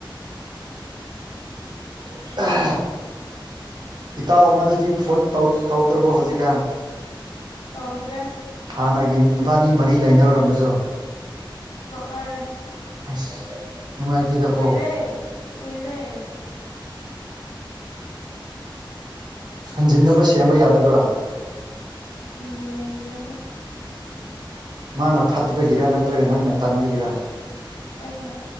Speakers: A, on the right (about 55°); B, on the left (about 65°).
A: <inaudible> ꯏꯇꯥꯎ ꯑꯃꯗꯨꯗꯤ ꯐꯣꯟ ꯇꯧ ꯇꯧꯗ꯭ꯔꯕꯣ ꯍꯧꯖꯤꯛꯀꯥꯟ
B: ꯇꯧꯗ꯭ꯔꯦ
A: ꯍꯥꯟꯅꯒꯤ ꯅꯨꯕꯥꯅꯤ ꯃꯔꯤ ꯂꯩꯅꯔꯝꯕꯗꯣ
B: ꯇꯣꯛꯅꯔꯦ
A: ꯑꯁ ꯅꯨꯡꯉꯥꯏꯇꯦꯗꯀꯣ
B: ꯀꯨꯏꯔꯦ ꯀꯨꯏꯔꯦ
A: ꯍꯟꯖꯤꯟꯅꯕ ꯁꯦꯝꯕ ꯌꯥꯗꯕ꯭ꯔꯥ
B: ꯍꯟꯖꯤꯟꯅꯤꯡꯗ꯭ꯔꯦꯗ
A: ꯃꯥꯅ ꯐꯠꯇꯕꯒꯤꯔ ꯅꯠꯇ꯭ꯔꯒ ꯅꯪꯅ ꯇꯟꯥꯕꯒꯤꯔ
B: ꯑꯩꯅ